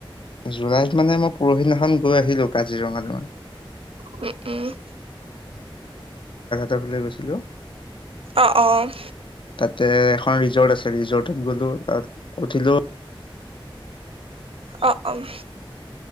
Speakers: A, on the left; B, on the right.
A: জুলাইত মানে মই পৰহিনাখন গৈ আহিলো কাজিৰঙালৈ
B: উ -উম।
A: তাৰফালে গৈছিলো।
B: অ', -অ'।
A: তাতে এখন ৰিজৰ্ট আছে, ৰিজৰ্টত গ'লো তাত উঠিলো।
B: অ', -অ'।